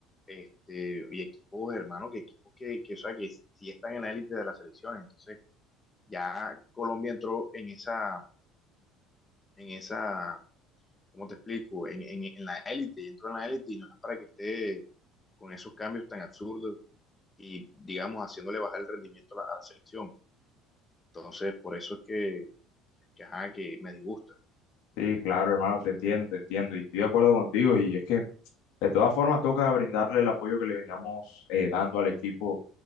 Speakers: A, on the left; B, on the left.
A: este, y equipos, hermano, que equipos que, que, o sea, que sí están en la élite de las selecciones. Entonces, ya Colombia entró en esa, en esa ¿cómo te explico? En, en, en la élite, y entró en la élite y no es para que esté con esos cambios tan absurdos y, digamos, haciéndole bajar el rendimiento a la, a la selección. Entonces, por eso es que, que, ajá, que me disgusta.
B: Sí, claro, hermano, te entiendo, te entiendo y estoy de acuerdo contigo y es que de todas formas toca brindarle el apoyo que le veníamos eh, dando al equipo